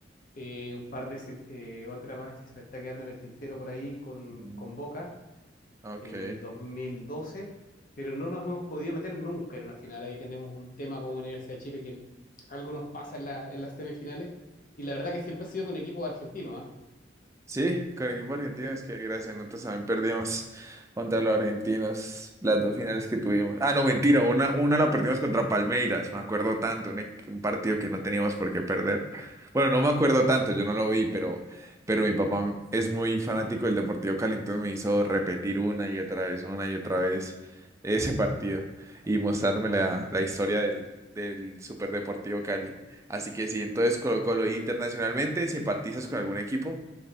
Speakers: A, on the left; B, on the right.
A: eh, un par de, se- eh, otra más que se me está quedando en el tintero por ahí con,
B: Mm,
A: con Boca,
B: Ok.
A: el 2012, pero no nos hemos podido meter nunca en una final. Ahí tenemos un tema como Universidad de Chile que algo nos pasa en, la- en las semifinales y la verdad que siempre ha sido con equipos argentinos, ¿ah?
B: Sí, con equipo argentino
A: Sí.
B: es que gracias, nosotros también perdimos contra los argentinos las dos finales que tuvimos. Ah, no, mentira, una, una la perdimos contra Palmeiras, me acuerdo tanto, un, equ- un partido que no teníamos por qué perder. Bueno, no me acuerdo tanto, yo no lo vi, pero, pero mi papá es muy fanático del Deportivo Cali, entonces me hizo repetir una y otra vez, una y otra vez <laughs> ese partido y mostrándome la, la historia del, del Super Deportivo Cali. Así que sí, entonces Colo Colo ¿y internacionalmente, ¿simpatizas con algún equipo?